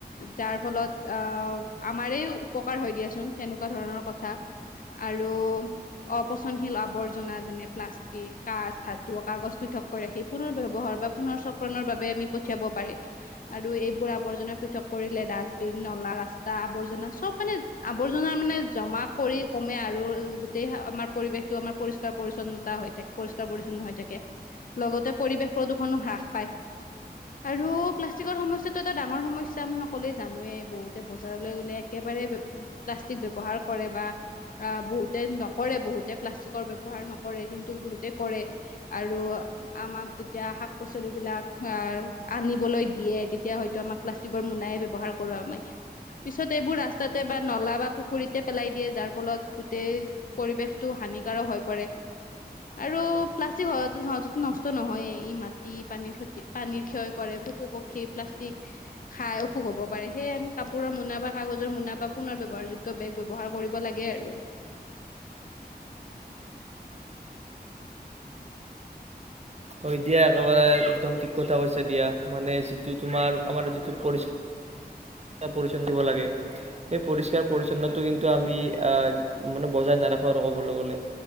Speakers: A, on the left (about 55°); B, on the right (about 40°).
A: যাৰ ফলত আহ আমাৰে উপকাৰ হয় দিয়াচোন, তেনেকুৱা ধৰণৰ কথা। আৰু অপচনশীল আৱৰ্জনা, যেনে- প্লাষ্টিক, কাচ্, ধাতু, কাগজ পৃথকৈ ৰাখি পুনৰ ব্যৱহাৰ বা পুনৰ চক্ৰনৰ বাবে আমি পঠিয়াব পাৰি। আৰু এইবোৰ আৱৰ্জনা পৃথক কৰিলে ডাষ্টবিন, নলা, ৰাস্তা আৱৰ্জনা চব মানে আৱৰ্জনা মানে জমা কৰি কমে আৰু গোটেই আমাৰ পৰিৱেশটো আমাৰ পৰিষ্কাৰ পৰিচ্ছন্নতা হৈ থাকে পৰিষ্কাৰ পৰিছন্ন হৈ থাকে। লগতে পৰিৱেশ প্ৰদূষণো হ্ৰাস পায়। আৰু প্লাষ্টিকৰ সমস্যাতো এটা ডাঙৰ সমস্যা আমি সকলোৱে জানোৱে। বহুতে বজাৰলৈ গলে একে বাৰে প্লাষ্টিক ব্যৱহাৰ কৰে বা বহুতে নকৰে বহুতে প্লাষ্টিকৰ ব্যৱহাৰ নকৰে, কিন্তু বহুতে কৰে। আৰু আমাক যেতিয়া শাক-পাচলিবিলাক আনিবলৈ দিয়ে, তেতিয়া হয়তো আমাক প্লাষ্টিকৰ মোনাই ব্যৱহাৰ কৰি আউল মাৰে। পিছত এইবোৰ ৰাস্তাতে বা নলা বা পুখুৰীতে পেলাই দিয়ে, যাৰ ফলত গোটেই পৰিৱেশ টো হানিকাৰক হৈ পৰে, আৰু প্লাষ্টিক সহজ সহজতে নষ্ট নহয়ে, ই মাটি-পানীৰ ক্ষতি পানীৰ ক্ষয় কৰে, পশু-পক্ষী প্লাষ্টিক খাই অসুখ হ'ব পাৰে। সয়ে আমি কাপোৰৰ মোনা বা কাগজৰ মোনা বা পুনৰ ব্যৱহাৰযোগ্য বেগ ব্যৱহাৰ কৰিব লাগে আৰু। <inaudible>
B: হয় দিয়া, একেবাৰে একদম ঠিক কথা কৈছা দিয়া। মানে যিটো তোমাৰ আমাৰ যিটো পৰিস্থিতি পৰিচন দিব লাগে। সেই পৰিষ্কাৰ পৰিছন্নটো কিন্তু আমি আহ মানে বজাই নাৰাখো আৰু ক'বলৈ গ'লে।